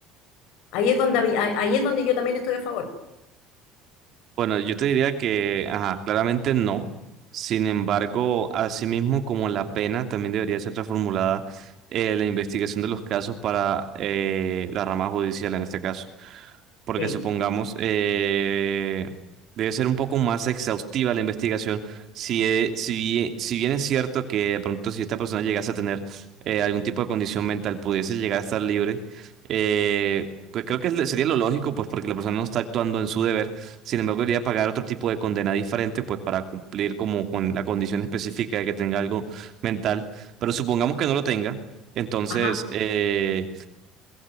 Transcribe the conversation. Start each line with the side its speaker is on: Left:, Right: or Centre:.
Left: Ahí es donde, habí- ahí es donde yo también estoy a favor.
Right: bueno, yo te diría que, ajá, claramente no. Sin embargo, asimismo como la pena también debería ser reformulada eh, la investigación de los casos para eh, la rama judicial en este caso. porque
Left: Sí.
Right: supongamos, eh, debe ser un poco más exhaustiva la investigación. Si, eh, si, bien si bien es cierto que de pronto si esta persona llegase a tener eh, algún tipo de condición mental, pudiese llegar a estar libre, eh, pues creo que es lo- sería lo lógico, pues porque la persona no está actuando en su deber, sin embargo, debería pagar otro tipo de condena diferente, pues para cumplir como con la condición específica de que tenga algo mental. Pero supongamos que no lo tenga, entonces...
Left: Ajá,
Right: eh,